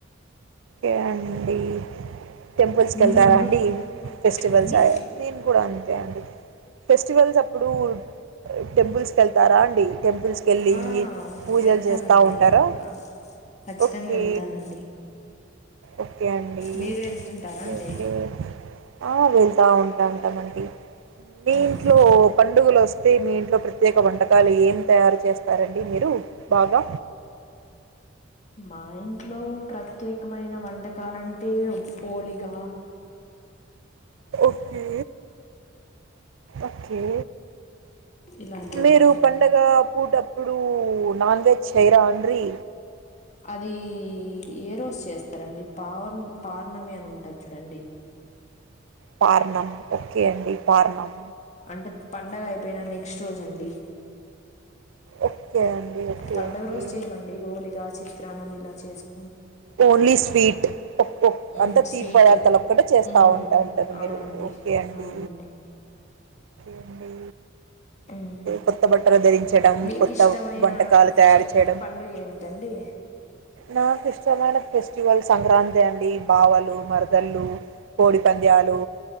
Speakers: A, on the right; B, on the left.
A: యా అండి టెంపుల్స్కి
B: మీరు
A: వెళ్తారాండి
B: అండి?
A: ఫెస్టివల్స్
B: అండి?
A: నేను కూడా అంతే అండి ఫెస్టివల్స్ అప్పుడు టెంపుల్స్ క వెళ్తారా అండి టెంపుల్స్కి వెళ్ళి
B: ఆ!
A: పూజలు
B: వెళ్తానండి.
A: చేస్తూ ఉంటారా
B: ఆ! ఖచ్చితంగా
A: ఓకే
B: వెళ్తానండి.
A: ఓకే అండి
B: మీరు ఎళ్తుంటారా అండి?
A: ఓకే ఆ వెళ్తా ఉంటా ఉంటామండి మీ
B: హ్మ్.
A: ఇంట్లో పండుగలు వస్త అతే మీ ఇంట్లో ప్రత్యేక వంటకాలు ఏం తయారు చేస్తారండి మీరు బాగా
B: మా ఇంట్లో ప్రత్యేకమైన వంటకాలంటే పోోలిగా
A: ఓే ఓకే
B: ఇలాంటివండి
A: మీరు పండగ పూట ఇప్పుడు నాన్ వెజ్ చేైరా అండీ
B: అది ఏ రోజు చేస్తారండి పావర్ పవర్ణమి అని ఉంటుది చూడండి
A: పారనం ఓకే అండి పారనం
B: అంటే పండగ అయిపోయిన నెక్స్ట్ రోజ అండి
A: ఓకే అండి ఓకే
B: పండగ
A: ఓకే.
B: రోజు చేయమండి గోళగా చిట్ ప్రాణం ఇలా చేసుకు
A: ఓన్లీ స్వీట్
B: మ్మ్
A: అంత తీపి
B: స్వీట్
A: పదార్థాలు ఒక్కట చేస్తా
B: మ్మ్
A: ఉంటాంటారు
B: అవునండి
A: మీరు ఓకే అండి
B: అవునండి
A: ఎండీ
B: మ్మ్
A: కొత్త బట్టలు ధరించడం
B: మీకు
A: కొత్త
B: ఇష్టమైన
A: వంటకాలు
B: ఫెస్ట్
A: తయారు చేయడం
B: పండుగ ఏంటండి
A: నా మైన ఫెస్టివల్ సంక్రాంతి అండి బావలు మరదళ్ళు కోడిపంద్యాలు